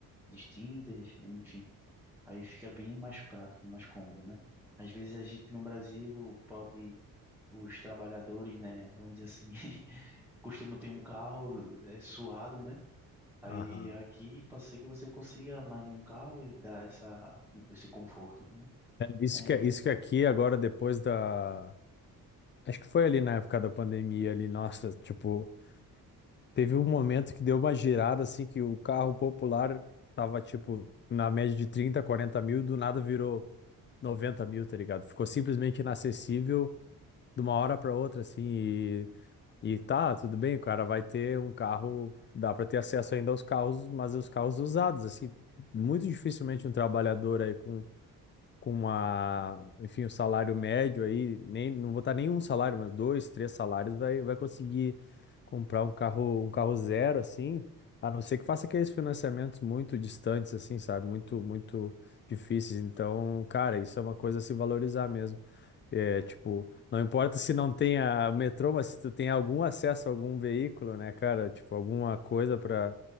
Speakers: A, in the centre; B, on the left (about 30°).
A: distintas, enfim, aí fica bem mais prático, mais cômodo, né? Às vezes a gente no Brasil pode os trabalhadores, né? Vamos dizer assim, <laughs> costumam ter um carro é, suado, né? Aí
B: Aham.
A: aqui pode ser que você consiga mais de um carro e dar essa, esse conforto, né?
B: É, isso
A: É,
B: que isso que aqui agora depois da Acho que foi ali na época da pandemia ali, nossa, tipo, Teve um momento que deu uma girada, assim, que o carro popular tava, tipo, na média de 30, 40 mil e do nada virou 90 mil, tá ligado? Ficou simplesmente inacessível de uma hora para outra, assim, e, e tá, tudo bem, o cara vai ter um carro, dá para ter acesso ainda aos carros, mas os carros usados, assim, muito dificilmente um trabalhador aí com uma enfim, o salário médio aí, nem, não vou botar nem um salário, mas dois, três salários, vai, vai conseguir comprar um carro, um carro zero, assim, a não ser que faça aqueles financiamentos muito distantes, assim, sabe? Muito, muito difíceis. Então, cara, isso é uma coisa a se valorizar mesmo. É, tipo, não importa se não tenha metrô, mas se tu tem algum acesso a algum veículo, né, cara? Tipo, alguma coisa para